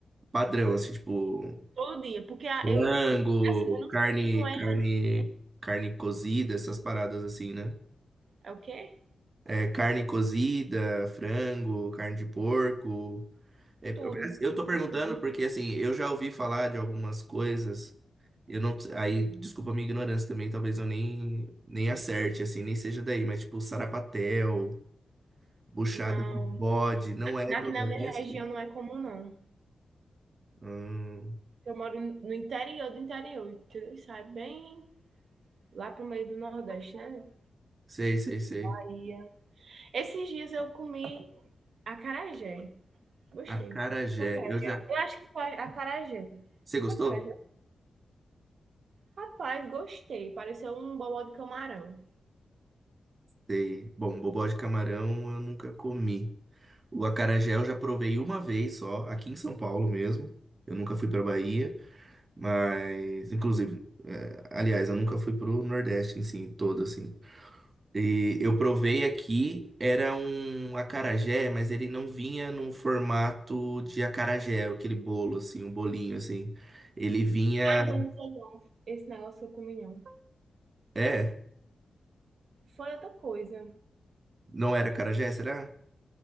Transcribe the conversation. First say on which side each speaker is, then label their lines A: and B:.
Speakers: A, on the right (about 40°); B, on the right (about 70°).
A: padrão, assim, tipo,
B: Todo dia, porque a-
A: frango,
B: eu, assim, eu não
A: carne,
B: sei como é,
A: carne, carne cozida, essas paradas assim, né?
B: é o quê?
A: É, carne cozida, frango, carne de porco. É, Eu
B: Tudo,
A: eu tô perguntando
B: tem tudo.
A: porque, assim, eu já ouvi falar de algumas coisas. Eu não. Aí, desculpa a minha ignorância também, talvez eu nem, nem acerte, assim, nem seja daí, mas tipo, sarapatel, buchada
B: Não,
A: de bode, não é do
B: aqui na
A: Nordeste?
B: minha região não é comum, não.
A: Hum,
B: Eu moro no interior do interior, entendeu? Isso é bem lá pro meio do Nordeste, né?
A: sei, sei, sei.
B: Aí Esses dias eu comi acarajé. Gostei.
A: Acarajé,
B: acarajé.
A: eu já.
B: Eu acho que foi acarajé.
A: Você gostou?
B: Foi acarajé. Rapaz, gostei. Pareceu um bobó de camarão.
A: Sei. Bom, bobó de camarão eu nunca comi. O acarajé eu já provei uma vez só, aqui em São Paulo mesmo. Eu nunca fui pra Bahia. Mas, inclusive, é, aliás, eu nunca fui pro Nordeste em si, todo assim. E eu provei aqui, era um acarajé, mas ele não vinha num formato de acarajé, aquele bolo assim, um bolinho assim. Ele vinha,
B: Ah, então não foi não. Esse negócio eu comi não.
A: é,
B: Foi outra coisa.
A: não era acarajé, será?